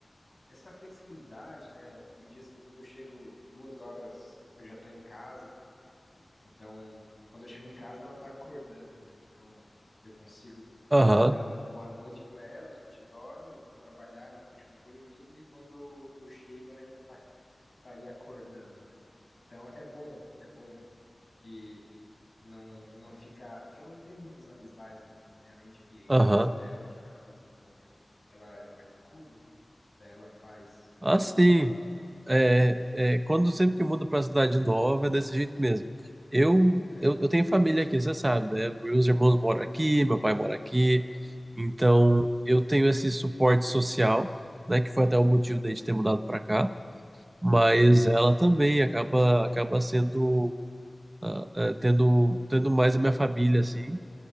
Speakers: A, on the left (about 40°); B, on the right (about 35°).
A: essa flexibilidade, né? Tem dias que ali que eu chego duas horas, eu já estou em casa, e- então quando eu chego em casa ela está acordando, né? Então eu consigo
B: Aham,
A: dar uma boa noite para ela, a gente dorme, eu vou trabalhar, ela continua dormindo e quando eu chego ela ainda está tá ali acordando, né? Então é bom, é bom que não não fica, porque ela não tem muitas amizades aqui, né? Além de clientes
B: aham.
A: dela que ela acabou desenvolvendo, que ela é manicure, né? Daí ela faz unhas
B: Ah, sim.
A: e tal.
B: É,
A: Hum,
B: é, quando sempre que muda para cidade nova é desse jeito mesmo. Eu,
A: É.
B: eu, eu tenho família aqui, você sabe, né? Meus irmãos moram
A: Uhum.
B: aqui, meu pai mora aqui. Então
A: Uhum.
B: eu tenho esse suporte social, né? Que foi até o motivo da gente ter mudado para cá. mas ela também acaba acaba sendo ah, eh, tendo, tendo mais a minha família, assim.